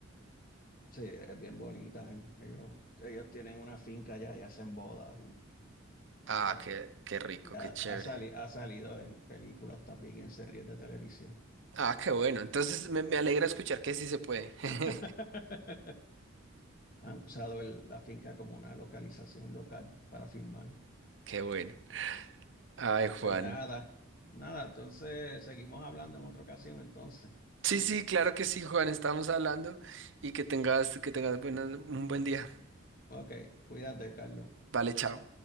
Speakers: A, on the left; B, on the right.
A: Sí, es bien bonita. ¿eh? Ellos, ellos tienen una finca allá y hacen bodas y
B: Ah,
A: ha,
B: qué, qué rico,
A: y
B: qué
A: ha-
B: chévere.
A: ha sali- ha salido en películas también y en series de televisión.
B: Ah, qué bueno. Entonces me, me alegra escuchar que sí se puede. <laughs>
A: <laughs> Han usado el- la finca como una localización local para filmar.
B: Qué bueno. Ay, Juan.
A: Pues nada, nada, entonces seguimos hablando en otra ocasión entonces.
B: Sí, sí, claro que sí, Juan. Estamos hablando y que tengas, que tengas buenas- un buen día.
A: Ok, cuídate, Carlos.
B: Vale, chao.